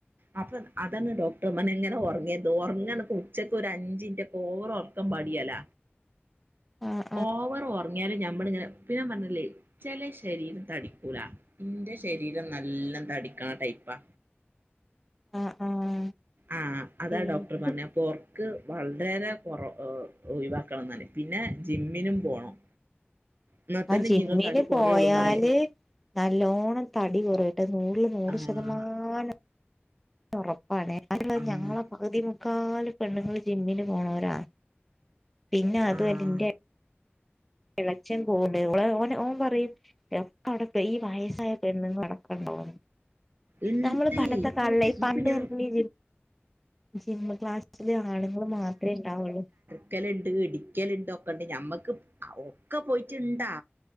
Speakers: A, on the right (about 55°); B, in the centre.
A: അപ്പൊ അതന്നെ ഡോക്ടർമ്മന എങ്ങനെ ഉറങ്ങിയത് ഉറങ്ങ ഉച്ചക്ക് ഒരു അഞ്ചിറ്റ ഒക്കെ ഓർ കമ്പാടിയല്ല
B: ആഹ്
A: ഓവർ ഉറങ്ങിയാലും ഞമ്മളിങ്ങനെ പിന്നെ പറഞ്ഞില്ലേ ചെല ശരീരം തടിക്കൂല എന്റെ ശരീരം നല്ല തടിക്കാ ടൈപ്പാ.
B: ആഹ് ആഹ്
A: ആ അതാ ഡോക്ടർ
B: എനിക്കും
A: പറഞ്ഞ ഉറക്ക് വളരെ ഒഴിവാക്കണംന്ന് പിന്നെ ജിമ്മിനും പോണം എന്നാ
B: ആ
A: തന്നെ
B: ജിമ്മിന്
A: നിങ്ങൾ തടി കുറയുള്ളൂന്ന്
B: പോയാല്
A: പറഞ്ഞ്
B: നല്ലോണ്ണം തടി കുറവട്ട് നൂറില് നൂറ്
A: ആഹ്
B: ശതമാനം ഉറപ്പാണ്. ആല്ല
A: ആഹ്
B: ഞങ്ങളെ പകുതി മുക്കാല് പെണ്ണുങ്ങൾ ജിമ്മിന് പോണവരാ. പിന്നെ അത്
A: ആഹ്
B: അല്ല ഇന്റെ ളച്ചൻ പോൂണ്ട് ഇള ഓന ഓൻ പറയും എക്ക അവിടെ ഈ വയസ്സായ ന്നടക്കണ്ടുന്നു
A: ഇണ്ട്
B: നമ്മള് പണ്ടത്തെ കാലല്ല പണ്ട്
A: ഇപ്പൊ ഞാൻ
B: ഇറങ്ങ ജിം ക്ലാസ്സില് ആളുങ്ങൾ മാത്രമേ ഉണ്ടാവുള്ളൂ
A: മുക്കലുണ്ട് ഇടിക്കലുണ്ട് ഒക്കെണ്ട് ഞമ്മക്ക് ഒക്കെ പോയിട്ടുണ്ടാ